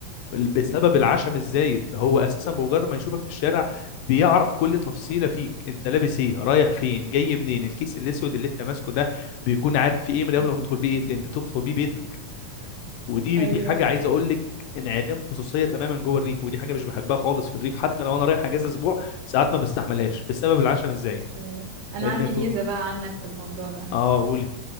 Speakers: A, on the left; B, on the right.
A: بسبب
B: مم.
A: العشم الزايد هو اساسا بمجرد ما يشوفك في الشارع بيعرف كل تفصيله فيك انت لابس ايه رايح فين جاي منين الكيس الاسود اللي انت ماسكه ده بيكون عارف فيه ايه من قبل
B: <laughs>
A: ما تدخل بيه ايه بتدخل بيه بيتك ودي
B: ايوه
A: دي حاجه عايز اقول لك انعدام خصوصيه تماما جوه الريف ودي حاجه مش بحبها خالص في الريف حتى لو انا رايح اجازه اسبوع ساعات ما بستحملهاش بسبب العشم الزايد
B: ايوه انا
A: ان
B: عندي
A: ف...
B: ميزة بقى عنك في الموضوع ده
A: اه قولي